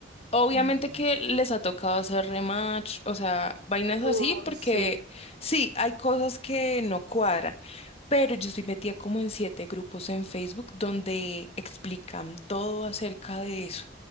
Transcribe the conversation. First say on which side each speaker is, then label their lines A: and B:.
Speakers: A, on the left; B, on the right.
A: Obviamente
B: Bueno.
A: que les ha tocado hacer rematch, o sea, vainas
B: Uy,
A: así, porque
B: sí.
A: sí, hay cosas que no cuadran, pero yo estoy metida como en siete grupos en Facebook donde explican todo acerca de eso.